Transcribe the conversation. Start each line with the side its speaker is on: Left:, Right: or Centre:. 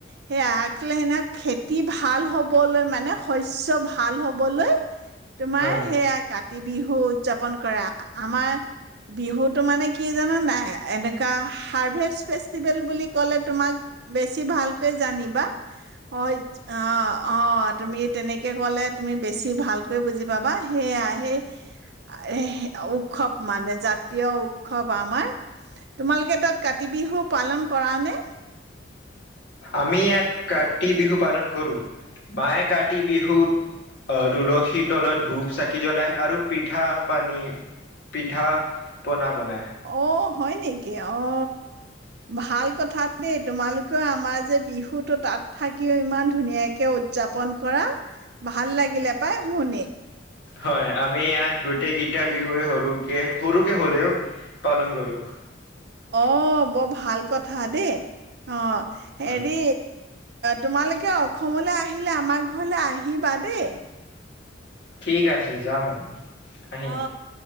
Right: সেয়া আখলে সেইদিনাখন খেতি ভাল হবলৈ মানে শস্য ভাল হবলৈ তোমাৰ
Left: হয়
Right: সেয়া কাত তি বিহু উদযাপন কৰা আমাৰ বিহুতো মানে কি জানা নাই এনেকুৱা হাৰ্ভেষ্ট ফেষ্টিভেল বুলি ক'লে তোমাক বেছি ভালকৈ জানিবা হয় অ অ তুমি তেনেকে কলে তুমি বেছি ভালকৈ বুজি পাবা সেয়া সেই সে উৎসৱ মানে জাতীয় উৎসৱ আমাৰ। তোমালোকে তাত কাতি বিহু পালন কৰা নে?
Left: আমি ইয়াত কাতি বিহু পালন কৰো। মায়ে কাতি বিহুত আহ তুলসীৰ তলত ধূপ চাকি জ্বলায় আৰু পিঠা পানী পিঠা পনা বনায়
Right: অ হয় নেকি? অ ভাল কথা দেই তোমালোকেও আমাৰ যে বিহুতো তাত থাকিও ইমান ধুনীয়াকে উদযাপন কৰা। ভাল লাগিলে পাই শুনি
Left: হয় আমি ইয়াত গোটেই কেইটা বিহুৱে সৰুকে সৰুকে হ'লেও পালন কৰোঁ
Right: অ বৰ ভাল কথা দেই অ
Left: হয়
Right: হেৰি তোমালোকে অসমলৈ আহিলে আমাৰ ঘৰলৈ আহিবা দেই
Left: ঠিক আছে যাম আমি আহিম
Right: অ